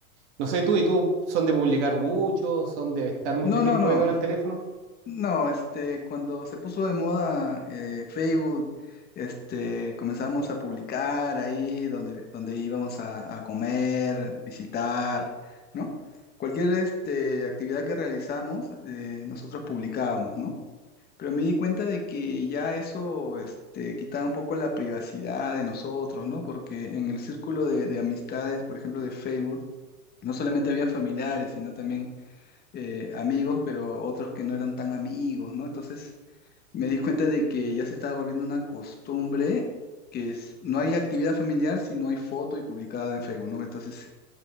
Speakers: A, on the right; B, on the left.
A: No sé, tú y tú son de publicar mucho, son de estar mucho
B: no,
A: tiempo
B: no, no.
A: pegado en el teléfono.
B: No, este, cuando se puso de moda eh, Facebook, este, comenzamos a publicar ahí donde, donde íbamos a, a comer, visitar, ¿no? Cualquier este, actividad que realizamos, eh, nosotros publicábamos, ¿no? Pero me di cuenta de que ya eso este, quitaba un poco la privacidad de nosotros, ¿no? Porque en el círculo de, de amistades, por ejemplo, de Facebook, no solamente habían familiares, sino también eh, amigos, pero otros que no eran tan amigos, ¿no? Entonces me di cuenta de que ya se estaba volviendo una costumbre que es- no hay actividad familiar si no hay foto y publicada en Facebook, ¿no? Entonces